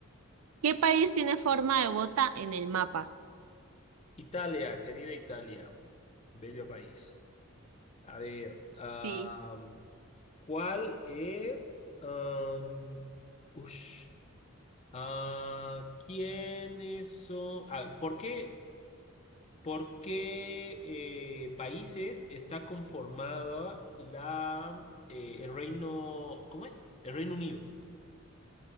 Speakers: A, on the right; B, on the left.
A: ¿Qué país tiene forma de bota en el mapa?
B: Italia, querida Italia, bello país. A ver, am,
A: Sí,
B: ¿cuál es? am, ush, ah, ¿quiénes son? ah, ¿por qué, por qué eh, países está conformada la eh, el Reino, ¿cómo es? El Reino Unido.